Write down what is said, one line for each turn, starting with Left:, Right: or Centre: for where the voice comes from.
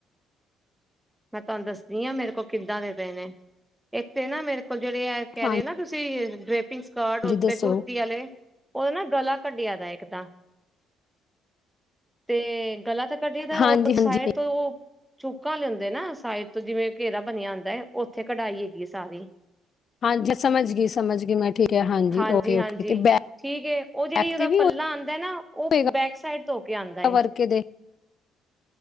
Centre: ਮੈਂ ਤੁਹਾਨੂੰ ਦੱਸਦੀ ਆ ਮੇਰੇ ਕੋਲ ਕਿੱਦਾਂ ਦੇ ਪਏ ਨੇ ਇੱਕ ਤੇ ਨਾ ਮੇਰੇ ਕੋਲ ਜਿਹੜੇ ਆ ਕਹਿ
Left: ਹਾਂਜੀ
Centre: ਰਹੇ ਨਾ ਤੁਸੀਂ ਡਰੇਪਿੰਗ ਸਕਰਟ ਉੱਤੇ
Left: ਦੱਸੋ
Centre: ਕੁੁਰਤੀ ਵਾਲੇ ਉਹਦੇ ਨਾ ਗਲਾ ਕਢੀਆਂ ਦਾ ਇੱਕ ਤਾਂ ਤੇ ਗਲਾ ਤਾਂ ਕੱਢਿਆ ਦਾ
Left: ਹਾਂਜੀ
Centre: ਸਾਈਡ
Left: ਹਾਂਜੀ
Centre: ਤੋਂ ਉਹ ਚੂੱਕਕਾ ਲੈਂਦਾ ਤੇ ਨਾ ਸਾਈਟ ਤੋਂ ਜਿਵੇਂ ਘੇਰਾ ਬਣਿਆ ਹੁੰਦਾ ਹੈ, ਉੱਥੇ ਕਢਾਈ ਹੈਗੀ ਏ ਸਾਰੀ
Left: ਹਾਂਜੀ ਸਮਝ ਗਈ ਸਮਝ ਗਈ ਮੈਂ ਠੀਕ ਹੈ
Centre: ਹਾਂਜੀ,
Left: ਓਕੇ ਓਕੇ
Centre: ਹਾਂਜੀ
Left: ਤੇ ਬੈਕ
Centre: ਠੀਕ ਉਹ ਜਿਹੜੀ ਉਹ
Left: ਤੇ
Centre: ਓਦਾ
Left: ਵੀ
Centre: ਪੱਲਾ ਆਉਂਦਾ ਹੈ ਨਾ ਉਹ
Left: ਹੋਏ
Centre: ਬੈਕ ਸਾਈਡ ਹੋ ਕੇ ਆਦਾ ਏ।
Left: ਵਰਕੇ ਦੇ